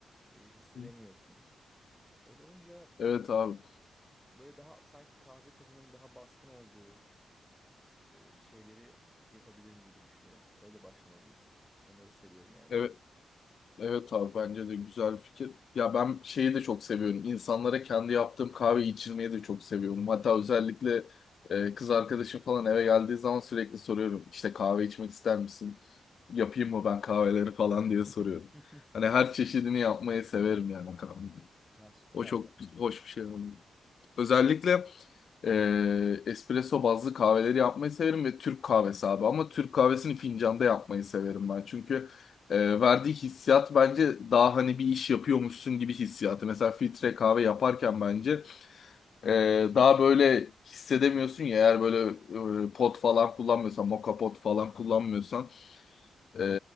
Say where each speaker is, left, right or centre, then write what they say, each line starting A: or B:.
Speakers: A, in the centre; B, on the left (about 65°).
A: e, hissedemiyorsun.
B: Hı.
A: Öyle olunca
B: Evet abi.
A: böyle daha sanki kahve tadının daha baskın olduğu e, şeyleri yapabilirim gibi düşünüyorum. Öyle başlamalıyım. Onları seviyorum yani.
B: Evet, evet abi bence de güzel bir fikir. Ya ben şeyi de çok seviyorum. İnsanlara kendi yaptığım kahveyi içirmeyi de çok seviyorum. Hatta özellikle e, kız arkadaşım falan eve geldiği zaman sürekli soruyorum. İşte kahve içmek ister misin? Yapayım mı ben kahveleri falan diye
A: <laughs>
B: soruyorum. Hani her çeşidini yapmayı severim yani kahveyi.
A: Ya süper
B: O çok
A: ya.
B: hoş bir şey. Özellikle e, espresso bazlı kahveleri yapmayı severim ve Türk kahvesi abi. Ama Türk kahvesini fincanda yapmayı severim ben. Çünkü e, verdiği hissiyat bence daha hani bir iş yapıyormuşsun gibi hissiyatı. Mesela filtre kahve yaparken bence e, daha böyle hissedemiyorsun ya. Eğer böyle e, pot falan kullanmıyorsan, moka pot falan kullanmıyorsan e,